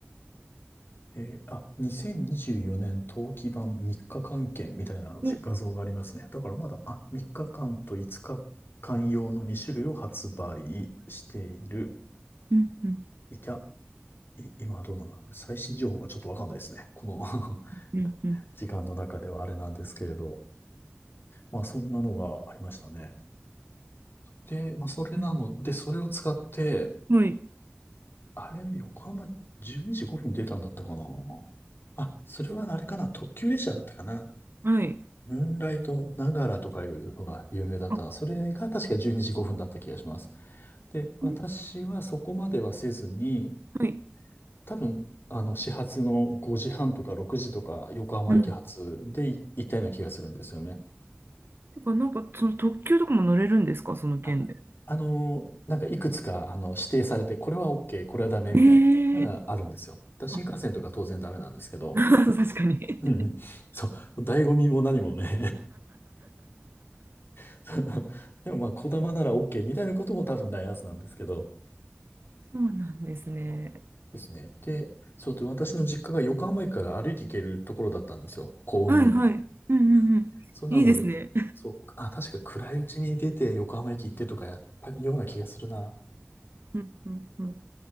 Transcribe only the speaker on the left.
えーあ、2024年冬季版3日間券みたいな画像がありますね。
だからまだ、あ、3日間と5日間用の2種類を発売している。
いた、い、今はどうなんだろう。最新情報がちょっとわかんないですね。この
<laughs> 時間の中ではあれなんですけれど。まあそんなのがありましたね。で、まあそれなので、
それを使って、
あれ、横浜12時5分出たんだったかな。あ、それはあれかな。特急列車だったかな。
ムーンライトながらとかいうのが有名だったな。
それが確か12時5分だった気がします。で、私はそこまではせずに、
多分、あの、始発の5時半とか6時とか横浜駅発でい行ったような気がするんですよね。
あ、あのーなんかいくつか、あの、指定されて、これは OK、これはダメみたいなのがあるんですよ。
だから新幹線とか当然ダメなんですけど、
うんうんそう、醍醐味も何もね。<laughs> <laughs> そのでもまあ、こだまなら OK みたいなことも多分ないはずなんですけど、
そうですね。で、そうで、私の実家が横浜駅から歩いて行けるところだったんですよ。公園にも。
そうなので、そう、あ、確か暗いうちに出て横浜駅行ってとかやったような気がするな。